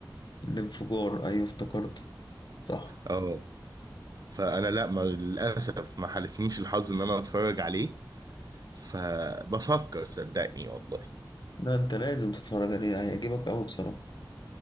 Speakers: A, on the left; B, on the right.
A: الانفجار ايوه افتكرته صح
B: اه فانا لا ما للاسف ما حالفنيش الحظ ان انا اتفرج عليه فبفكر صدقني والله
A: لا انت لازم تتفرج عليه هيعجبك قوي بصراحة